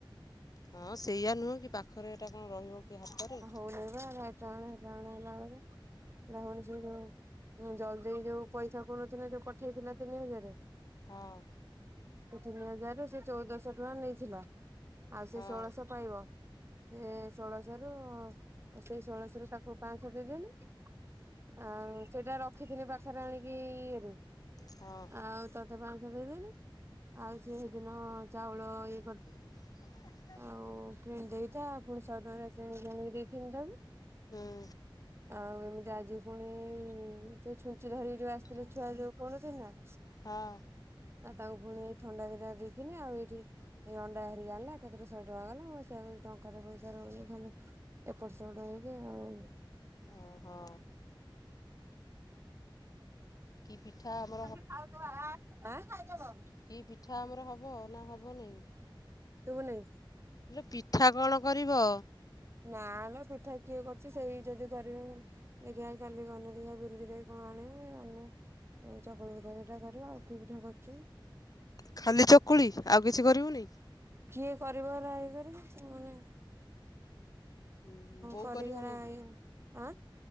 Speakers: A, on the left; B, on the right.
A: ହଁ ସେଇଆ ନୁହୁଁ କି ପାଖରେ ଏଇଟା କଣ ରହିବ କି ହାତରେ।
B: <unintelligible> <unintelligible> ହୁଁ ଜଲ୍ ଦେଇ ଯୋଉ ପଇସା କହୁନଥିନା ଯୋଉ ପଠେଇଥିଲା ତିନି ହଜରେ
A: ହଁ।
B: ସେ ତିନି ହଜାରରୁ ସେ ଚଉଦଶହ ଟଙ୍କା ନେଇଥିଲା। ଆଉ ସେ
A: ହଁ
B: ଷୋଳଶ ପାଇବ। ଏ ଷୋଳସ ରୁ ସେଇ ଷୋଳସ ରୁ ତାକୁ ପାଞ୍ଚଶହ ଦେଇଦେଲି। ଆଁ ସେଇଟା ରଖିଥିନି <unintelligible> <unintelligible> ଆଣିକି ଇଏରୁ
A: ହଁ
B: ଆଉ ତୋତେ ପାଞ୍ଚଶହ ଦେଇଦେନି ଆଉ ସେହିଦିନ ଚାଉଳ ଏ
A: <unintelligible>
B: ଆଉ କିଣି ଦେଇଥା ପୁଣି ଶହେ ଟଙ୍କାରେ କିଣିକି ଆଣିକି ଦେଇଥେନି ତାକୁ।
A: ହୁଁ।
B: ଆଉ ଏମିତି ଆଜି ଫୁଣି ସେ ଛୁଞ୍ଚି ଧରିକି ଯୋଉ ଆସିଥିଲେ ଛୁଆ ଯୋଉ <unintelligible> ନା
A: ହଁ।
B: ଆଉ ତାଙ୍କୁ ଫୁଣି ଏଇ ଥଣ୍ଡା ଦିଟା ଦେଇିଥିନି ଆଉ ଏଇଠି ଏଇ ଅଣ୍ଡା ହେରିକା ହେଲା। ଏକାଥେରେ ଶହେ ଟଙ୍କା ଗଲା ମୁଁ ସେଇଆ କହୁଚି ଟଙ୍କାରେ ପଇସା ରହୁନି ଖାଲି ଏପଟ୍ ସେପଟ୍ ହେଇକି ଆଉ
A: ଓହୋ। କି ପିଠା <unintelligible>
B: <inaudible>
A: କି ପିଠା ଆମର ହବ ନା ହବନେଇଁ?
B: ତୁବୁନେଇଁ।
A: <unintelligible> ପିଠା କଣ କରିବ?
B: ନା ଲୋ ପିଠା କିଏ କରୁଚି ସେଇ ଯଦି କରିବି ଦେଖିଆ କାଲି <unintelligible> ଏଇ ଚକୁଳି ପିଠା ଦିଟା କରିବି ଆଉ କି ପିଠା କରୁଚି।
A: ଖାଲି ଚକୁଳି ଆଉ କିଛି କରିବୁନେଇଁ?
B: କିଏ କରିବ ହେରା ଇଏ କରିକି <unintelligible>
A: ହୁଁ ବୋଉ
B: କରିକି
A: କରିବନି
B: ହେରା
A: କି,
B: ଇଏ ଆଁ